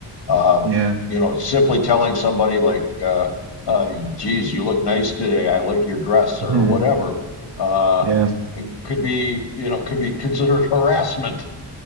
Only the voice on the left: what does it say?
Uh,
you know, simply telling somebody like, uh, uh, "Geez, you look nice today. I like your dress," or
whatever. Uh,
it could be, you know, could be considered harassment.